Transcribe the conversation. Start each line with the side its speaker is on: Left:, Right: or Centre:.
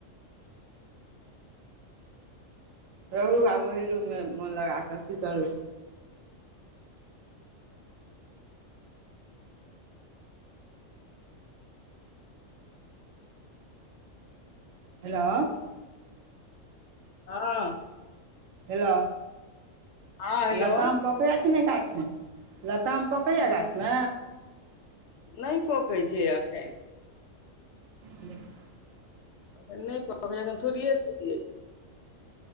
Right: रहू आब ओहि रूम में मोन लगा कऽ की करबै। हेलो
Left: <inaudible> हँ
Right: हेलो
Left: हँ हेलो
Right: <inaudible> लताम पकैय कि नै गाछ में लताम पकैय गाछ में
Left: नै पकैय छै एखैन
Right: <unintelligible>
Left: एखन नै पकैय छै अखन ठुरिए ठुरिए छै।